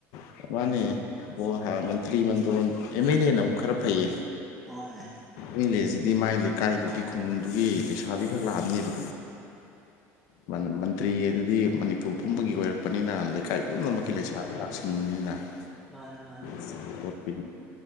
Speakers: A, on the left; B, in the centre.
A: <unintelligible> ꯃꯥꯅꯦ ꯕꯣ ꯍꯥ ꯃꯟꯇ꯭ꯔꯤ ꯃꯟꯗꯣꯟ ꯑꯦꯝ ꯑꯦꯜ ꯂꯦꯅ ꯃꯨꯛ ꯈꯔ ꯐꯩꯌꯦ
B: ꯍꯣꯏ
A: ꯃꯤꯂꯦꯁꯤꯗꯤ ꯃꯥꯏ ꯂꯩꯀꯥꯏꯗꯨꯒꯤ ꯈꯨꯡꯒꯪꯗꯨꯒꯤ ꯂꯩꯁꯥꯕꯤꯈꯛ ꯂꯥꯛꯑꯝꯅꯤꯕ ꯃꯟ ꯃꯟꯇ꯭ꯔꯤ ꯑꯗꯨꯗꯤ ꯃꯅꯤꯄꯨꯔ ꯄꯨꯝꯕꯒꯤ ꯑꯣꯏꯔꯛꯄꯅꯤꯅ ꯂꯩꯀꯥꯏ ꯄꯨꯝꯅꯃꯛꯀꯤ
B: ꯃꯥꯅꯦ
A: ꯂꯩꯁꯥꯞ ꯂꯥꯛꯁꯤꯟꯕꯅꯤꯅ
B: ꯃꯥꯅꯦ ꯃꯥꯅꯦ
A: <unintelligible>